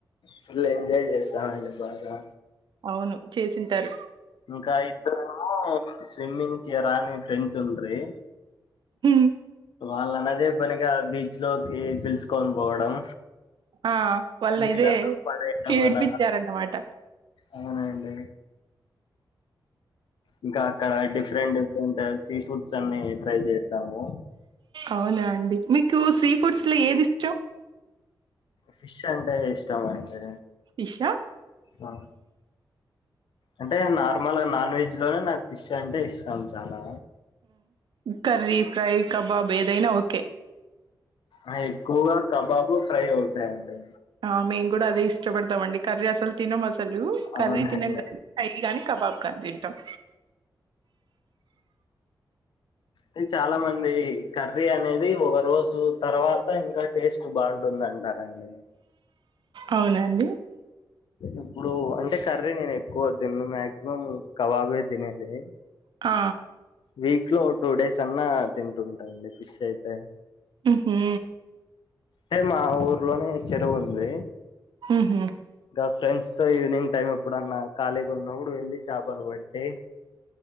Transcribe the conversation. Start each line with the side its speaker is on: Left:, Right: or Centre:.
Left: ఫుల్ ఎంజాయ్ చేసామండి బాగా
Right: అవును చేసింటారు
Left: ఇంకా ఇద్దరు స్విమ్మింగ్ చేయరా అని ఫ్రెండ్స్ ఉండ్రి
Right: ఉ
Left: వాళ్ళని అదే పనిగా బీచ్ లోకి పిలుసుకొని పోవడం
Right: ఆ వాళ్ళు
Left: నీళ్ళలో
Right: ఇదే
Left: పడేయడం
Right: ఏడిపించారన్నమాట
Left: అలా అవునండి ఇంకా అక్కడ డిఫరెంట్ డిఫరెంట్ సీ ఫుడ్స్ అన్ని ట్రై చేసాము
Right: అవునా అండి మీకు సీ ఫుడ్స్ లో ఏది ఇష్టం
Left: ఫిష్ అంటే ఇష్టమండి
Right: ఫిషా
Left: ఆ అంటే నార్మల్ గా నాన్ వెజ్ లోనే నాకు ఫిష్ అంటే ఇష్టం చాలా
Right: ఉ కర్రీ, ఫ్రై, కబాబ్ ఏదైనా ఓకే
Left: ఆ ఎక్కువగా కబాబు, ఫ్రై ఉంటాయండి
Right: ఆ మేము కూడా అదే ఇష్టపడతాం అండి కర్రీ అసలు తినం అసలు కర్రీ
Left: అవునండి
Right: తినం కానీ ఫ్రై గానీ కబాబ్ కాని తింటాం
Left: అది చాలా మంది కర్రీ అనేది ఒక రోజు తర్వాత ఇంగా టేస్ బాగుంటుందంటారండి
Right: అవునండి
Left: ఇప్పుడు అంటే కర్రీ నేను ఎక్కువ తినను మాక్సిమం కబాబే తినేది
Right: ఆ
Left: వీక్ లో టూ డేస్ అన్నా తింటుంటా అండి ఫిష్ అయితే
Right: ఉహూ
Left: టే మా ఊర్లోనే చెరువు ఉంది
Right: ఊహూ
Left: కా ఫ్రెండ్స్ తో ఈవినింగ్ టైమ్ ఎప్పుడన్నా ఖాళీగున్నప్పుడు వెళ్ళి చాపలు పట్టి